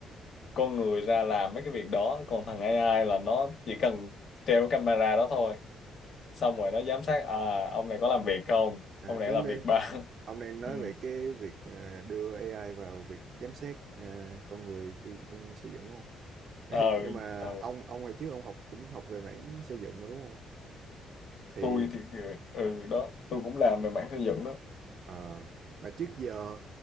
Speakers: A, on the left; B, on the right.
A: con người ra làm mấy cái việc đó còn thằng AI là nó chỉ cần treo cái camera đó thôi xong rồi nó giám sát à, ông này có làm việc không
B: À,
A: ông này
B: tính
A: làm
B: ra
A: việc ba
B: ông
A: <laughs>
B: đang nói
A: ừ.
B: về cái việc à, đưa AI vào việc giám sát à, con người khi trong xây dựng đúng không? Đây,
A: ờ
B: nhưng mà
A: ờ,
B: ông ông hồi trước ông học cũng học về mảng xây dựng mà đúng không? Thì
A: tôi thì ừ đó tôi cũng làm về mảng xây dựng đó
B: Ờ, mà trước giờ